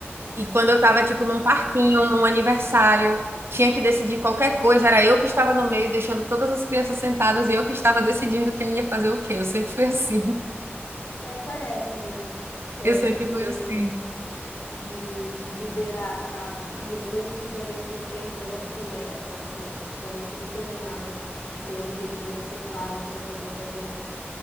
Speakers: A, on the right; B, on the left.
A: E quando eu tava, tipo, num parquinho, num aniversário, tinha que decidir qualquer coisa, era eu que estava no meio, deixando todas as crianças sentadas e eu que estava decidindo quem ia fazer o quê. Eu sempre fui assim. <laughs>
B: É, parece mesmo, é,
A: Eu sempre
B: que tu
A: fui
B: tem
A: assim.
B: isso, de, de liderar, sabe? E eu vejo que também tu tem esse negócio de meta, assim, que tu é muito determinada e tem objetivos, assim, claros em relação às tuas metas.